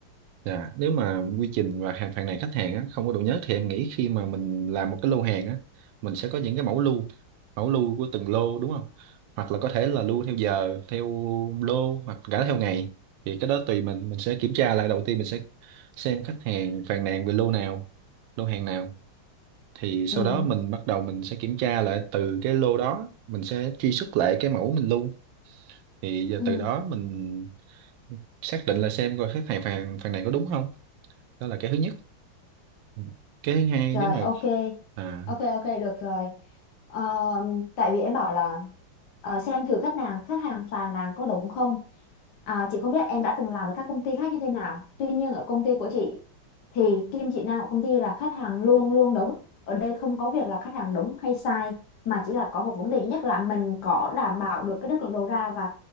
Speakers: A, on the right (about 75°); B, on the left (about 60°).
A: Dạ, nếu mà quy trình và hàng phàn nàn khách hàng á, không có độ nhớ thì em nghĩ khi mà mình làm một cái lô hàng á, mình sẽ có những cái mẫu lưu, mẫu lưu của từng lô đúng không? Hoặc là có thể là lưu theo giờ, theo lô hoặc cả theo ngày. Thì cái đó tùy mình, mình sẽ kiểm tra lại đầu tiên mình sẽ xem khách hàng phàn nàn về lô nào, lô hàng nào. Thì sau
B: ừ
A: đó mình bắt đầu mình sẽ kiểm tra lại từ cái lô đó, mình sẽ truy xuất lại cái mẫu mình lưu. Thì giờ
B: ừ
A: từ đó mình xác định là xem coi khách hàng phàn phàn nàn có đúng không đó là cái thứ nhất Ừ. cái thứ hai
B: Rồi
A: nếu mà
B: ok.
A: à
B: Ok ok được rồi. Ờ, tại vì em bảo là ờ, xem thử khách hàng khách hàng phàn nàn có đúng không. À, chị không biết em đã từng làm với các công ty khác như thế nào. Tuy nhiên ở công ty của chị thì kim chỉ nam của công ty là khách hàng luôn luôn đúng. Ở đây không có việc là khách hàng đúng hay sai mà chỉ là có một vấn đề duy nhất là mình có đảm bảo được cái chất lượng đầu ra và